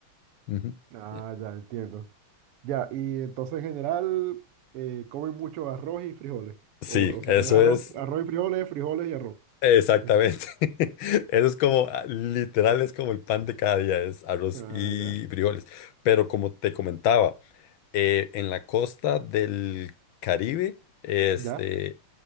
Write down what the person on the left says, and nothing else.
Ujú.
eh,
Sí,
eso
es
Exactamente.
<laughs> Eso es como, ah, literal, es como el pan de cada día, es arroz
y
frijoles. Pero como te comentaba, eh, en la costa del Caribe, este,